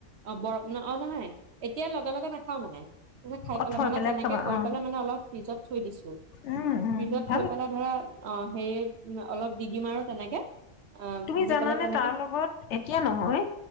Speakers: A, on the right; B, on the left.
A: অ' বৰফ, অ নহয় এতিয়া লগে লগে নাখাও মানে, তুমি খাই
B: অ
A: পেলে
B: থৈ
A: মানে
B: পেলাই
A: তেনেকে
B: খাবা
A: কৰি
B: অ
A: পেলে মানে অলপ, ফ্ৰিজত থৈ দিছো।
B: উম
A: ফ্ৰিজত থৈ
B: উ
A: পেলে ধৰা অ হেৰি অলপ দিগি মাৰো তেনেকে, <unintelligible>
B: তুমি
A: দি
B: জানা
A: পেলাই
B: নে,
A: তেনেকে
B: তাৰ লগত এতিয়া নহয়